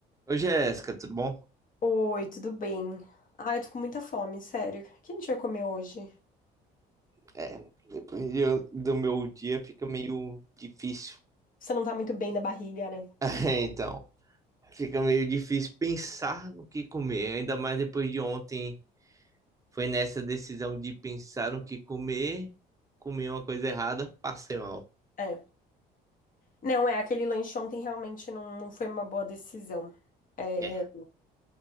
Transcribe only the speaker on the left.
Oi, tudo bem? Ai, eu tô com muita fome, sério. O que a gente vai comer hoje?
Você não tá muito bem da barriga, né?
É. Não, é, aquele lanche ontem realmente não, não foi uma boa decisão. É,